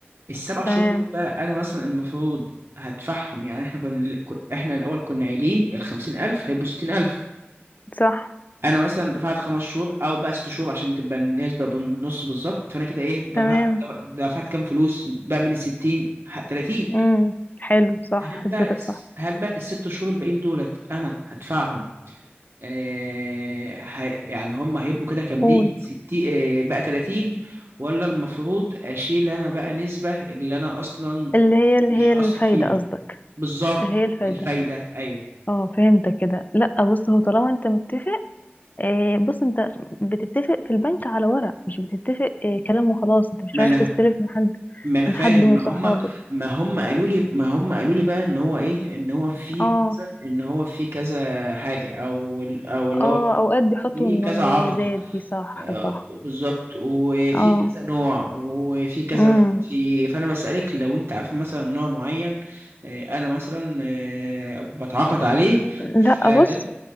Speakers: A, on the right; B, on the left.
A: السبع شهور
B: تمام
A: دول بقى انا مثلا المفروض هدفعهم يعني احنا كنا ال- ك- احنا الاول كنا قايلين ال 50000 هيبقوا 60000
B: صح
A: انا مثلا دفعت خمس شهور او بقى ست شهور عشان تبقى النسبه بالنص بالظبط فانا كده ايه دفعت
B: تمام
A: دفعت كام فلوس بقى من ال 60 ه- 30
B: امم حلو صح
A: هل بقى
B: حسبتك
A: الس-
B: صح
A: هل بقى الست شهور الباقيين دولت انا هدفعهم آه، هي- يعني هم هيبقوا كده كاملين
B: قول
A: 60 بقى 30 ولا المفروض اشيل انا بقى نسبة اللي انا اصلا
B: اللي هي اللي
A: مش
B: هي
A: هقسط
B: الفايدة
A: فيها
B: قصدك
A: بالظبط
B: اللي هي الفايدة
A: الفايدة ايوه
B: اه فهمتك كده لا بص هو طالما انت متفق آه، بص انت بتتفق في البنك على ورق مش بتتفق آه، كلام وخلاص انت مش
A: ما
B: رايح
A: انا
B: تستلف من حد
A: ما انا
B: من
A: فاهم
B: حد من
A: ما
B: صحابك
A: هم ما هم قالوا لي ما هم قالوا لي بقى ان هو ايه ان هو في
B: اه
A: كذا ان هو في كذا حاجة او ال- او اللي
B: اه
A: هو
B: اوقات بيحطوا
A: في
B: المميزات
A: كذا عرض
B: دي صح
A: آه،
B: صح
A: بالظبط وفي
B: اه
A: كذا نوع وفي كذا
B: امم
A: مش عارف في فانا بسألك لو انت عارف مثلا نوع معين آه، انا مثلا آه، بتعاقد عليه
B: لا
A: فده
B: بص